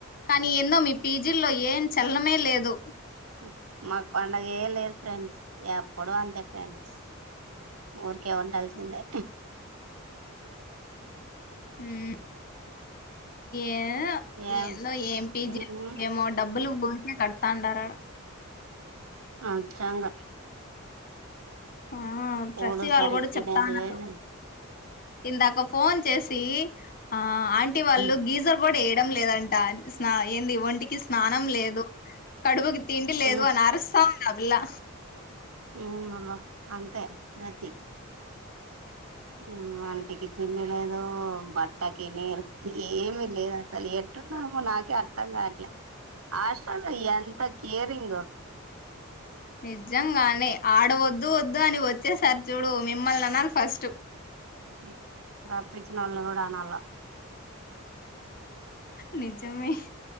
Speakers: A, on the left; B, on the right.
A: కానీ ఎన్నో మీ పీజీల్లో ఏం చల్లనే లేదు
B: హుమ్ మాకు పండగే లేదు ఫ్రెండ్స్ ఎప్పుడు అంతే ఫ్రెండ్స్ ఊరికే ఉండాల్సిందే
A: హుమ్ ఏదో
B: ఏం
A: ఏందో ఎం పిజి
B: ఉమ్
A: ఏమో డబ్ బ్బులు ఊరికే కడుతాండరాడ
B: అ చాంగా
A: ఆ
B: కూడు
A: ఫ్రతీ వాళ్ళు
B: సరిగ్
A: కూడా
B: తినేది
A: చెప్తాన్నారు
B: లేదు
A: ఇందాక ఫోన్ చేసి ఆ ఆంటీ వాళ్ళు
B: ఉమ్
A: గీజర్ కూడా ఏ లేదంట స్నా ఏంది ఒంటికి స్నానం లేదు కడుపుకి తిండి లేదు
B: ఉమ్
A: అని అరుస్తా ఉంద ఆ పిల్లా
B: ఉ మళ్ల అంతే గతి హు మ్ ఒంటికి తిండిలేదు బట్టకి నిడ్ ఏమిలేదసలు ఎ టున్నో ఏమో నాకే అర్థం కావట్లే హాస్టల్లో ఎంత కేరింగ్
A: నిజంగానే ఆడ వద్దు వద్దు అని వచ్చేసారు చూడు మిమ్మల్ని అనాలి ఫస్ట్
B: హు మ్ రప్పించ్చినొళ్ళను కూడ అనాల
A: నిజమే